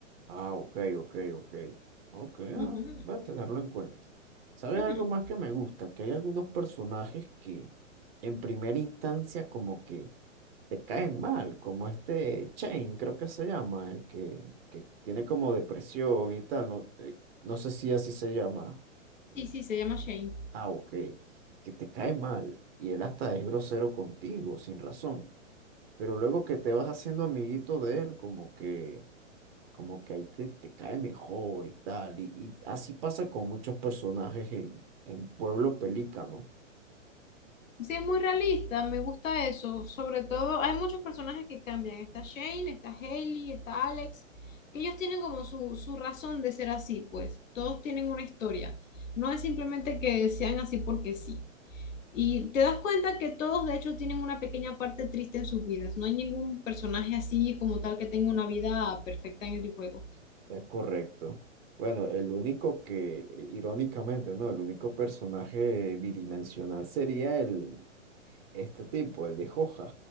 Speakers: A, on the right; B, on the left.
A: Ah, ok, ok, ok. Ok, ah,
B: Ujú,
A: voy a tenerlo en cuenta. ¿Sabes
B: ujú.
A: algo más que me gusta? Que hay algunos personajes que en primera instancia como que te caen mal, como este Chain, creo que se llama, el que, que tiene como depresión y tal, no, eh, no sé si así se llama. Eh,
B: Sí, sí, se llama Shane.
A: Ah, ok, que te cae mal y él hasta es grosero contigo, sin razón. Pero luego que te vas haciendo amiguito de él, como que como que ahí te, te cae mejor y tal. Y, y así pasa con muchos personajes en, en Pueblo Pelícano.
B: Sí, es muy realista, me gusta eso. Sobre todo, hay muchos personajes que cambian. Está Shane, está Hailey, está Alex, que ellos tienen como su, su razón de ser así, pues. Todos tienen una historia. No es simplemente que sean así porque sí. Y te das cuenta que todos de hecho tienen una pequeña parte triste en sus vidas. No hay ningún personaje así como tal que tenga una vida perfecta en el juego.
A: Es correcto. Bueno, el único que, irónicamente, ¿no? El único personaje bidimensional sería el, este tipo, el de Joja.